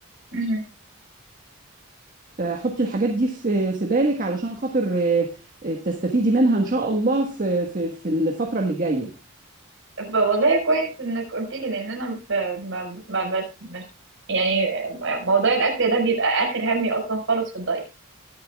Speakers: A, on the right; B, on the right.
A: مم.
B: فحطي الحاجات دي في في بالك علشان خاطر آه، آه، تستفيدي منها ان شاء الله في في في الفترة اللي جاية
A: ب- والله كويس إنك قلت لي لأن أنا ب... ما... ما بس مش يعني موضوع الأكل ده بيبقى آخر همي أصلا خالص في الدايت